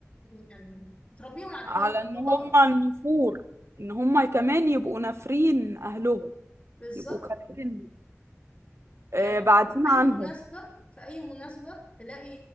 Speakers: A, on the left; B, on the right.
A: يعني بتربيهم على الكل
B: على إن
A: ده
B: هما
A: غلط
B: النفور إن هما كمان يبقوا نافرين أهلهم
A: بالظبط
B: يبقوا كارهين آه،
A: يعني حتى
B: بعدين
A: في
B: عنهم
A: اي مناسبة في اي مناسبة تلاقي